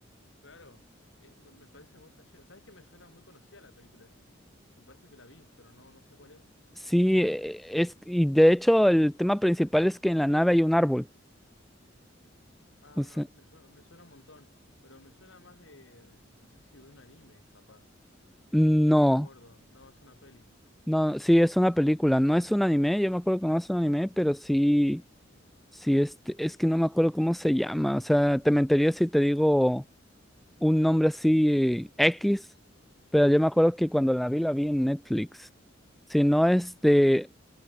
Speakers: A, on the left; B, in the centre.
A: claro, eh, me, me parece muy flashero. ¿Sabes que me suena muy conocida la película esa? Me parece que la vi, pero no, no sé cuál es.
B: sí,
A: ¿Cómo?
B: eh, es, y de hecho el tema principal es que en la nave hay un árbol.
A: Ah,
B: O sea,
A: me suena, me suena un montón, pero me suena más de, de- no sé si de un anime, capaz,
B: no,
A: o no me acuerdo. No, es una peli.
B: no, sí, es una película, no es un anime, yo me acuerdo que no es un anime, pero sí, sí, este, es que no me acuerdo cómo se llama, o sea, te mentiría si te digo... un nombre así X, pero yo me acuerdo que cuando la vi, la vi en Netflix. Si no, este,